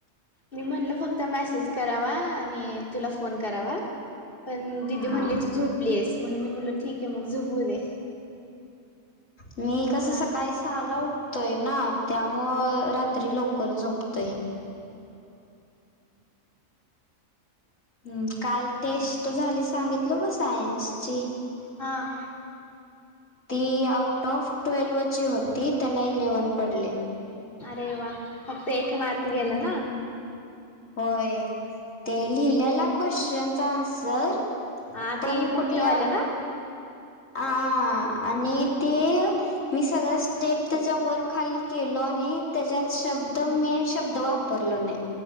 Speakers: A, on the left (about 40°); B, on the left (about 65°).
A: मी म्हणलं फक्त मेसेज करावा आणि तुला फोन करावा पण दिदी
B: हा
A: म्हणली तू झोपलेस म्हणून मी म्हंटल ठीक आहे मग झोपू दे‌.
B: मी कसं
A: मग
B: सकाळी
A: आज
B: सहाला उठतोय ना त्यामुळं रात्री लवकर झोपतोय.
A: हो.
B: हं काल टेस्ट झाली सांगितलं का सायन्सची
A: हां.
B: ती आउट ऑफ ट्वेल्व्हची होती त्याला इलेव्हन पडले.
A: अरे वा! फक्त एक मार्क गेला
B: हम्म.
A: ना.
B: होय ते लिहिलेला क्वेश्चनचा आन्सर
A: हां
B: पण
A: ते मोठेवाल
B: कुठल्या
A: ना.
B: आ आ आणि ते मी सगळ स्टेप त्याच्या वर खाली केलो आणि त्याच्यात शब्द मेन शब्द वाप परलं नाही